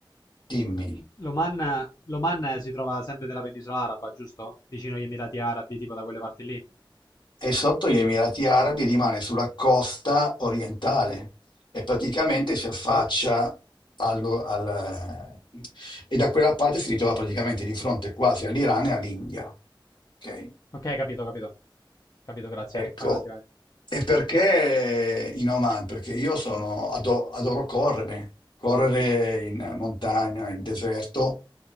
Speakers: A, on the left; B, on the left.
A: dimmi.
B: L'Oman, l'Oman, eh, si trova sempre nella penisola araba, giusto? Vicino agli Emirati Arabi, tipo da quelle parti lì.
A: e sotto gli Emirati Arabi rimane sulla costa orientale e praticamente si affaccia
B: O-
A: allo- al- eh, e da quella parte si ritrova praticamente di fronte quasi all'Iran e all'India. ok?
B: ok, capito, capito. Capito, grazie.
A: Ecco,
B: Vai avanti, vai.
A: e perché in Oman? Perché io sono, ado- adoro correre, correre in montagna, in deserto